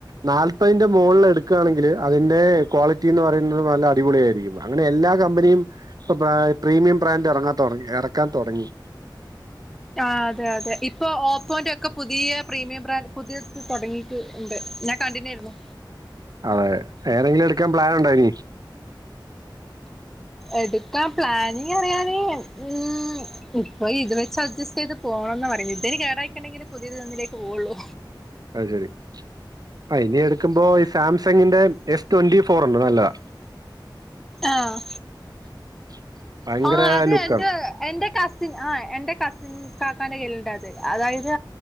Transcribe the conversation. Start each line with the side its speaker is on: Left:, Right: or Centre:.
Right: നാല്പതിന്റെ മുകളിൽ എടു എട്ക്കാണെങ്കിൽ അതിന്റെ ക്വാളിറ്റി എന്ന് പറയുന്നത് നല്ല അടിപൊളിയായിരിക്കും അങ്ങനെ എല്ലാ കമ്പനിയും ഇപ്പൊ പ്രീമിയം ബ്രാന്റ് ഇറങ്ങാൻ തുടങ്ങി ഇറക്കാൻ തുടങ്ങി
Centre: ആഹ് അതെ അതെ ഇപ്പൊ ഓപ്പോന്റെ ഒക്കെ പുതിയ പ്രീമിയം ബ്രാൻഡ് പുതിയത് തുടങ്ങീട്ട് ഉണ്ട്, ഞാൻ കണ്ടിന്ന് ആരുന്നു
Right: അതെ ഏതെങ്കിലും എടുക്കാൻ പ്ലാൻ ഉണ്ടോ ഇനി
Centre: എടുക്കാൻ പ്ലാനിങ് അറിയാന് ഉം ഉപ്പോ ഇത് വെച്ച് അഡ്ജസ്റ്റ് ചെയ്ത് പോണംന്ന പറയുന്നത് ഇതിന് കേടായിണ്ടെങ്കിൽ പുതിയത് ഒന്നിലേക്ക് പോവുള്ളൂ
Right: അത് ശരി ആഹ് ഇനി എടുക്കുമ്പോ ഈ സാംസങ്ങിന്റെ എസ് ട്വന്റി ഫോർ ഉണ്ട് നല്ലതാ
Centre: ആഹ്
Right: <inaudible>
Centre: ആഹ് അത്
Right: ലുക്കാണ്
Centre: എന്റെ എന്റെ കസിൻ ആ എന്റെ കസിൻ ഇകാക്കാന്റെ കയ്യിലുണ്ട് അത് അതായത്